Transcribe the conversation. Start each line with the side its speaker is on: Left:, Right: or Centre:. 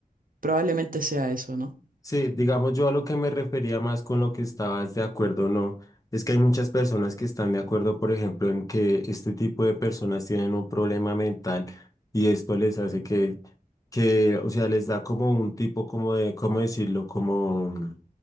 Right: Probablemente sea eso, ¿no?
Left: Sí, digamos yo a lo que me refería más con lo que estabas de acuerdo o no, es que hay muchas personas que están de acuerdo, por ejemplo, en que este tipo de personas tienen un problema mental y esto les hace que, que, o sea, les da como un tipo, como de, ¿cómo decirlo? Como, mm,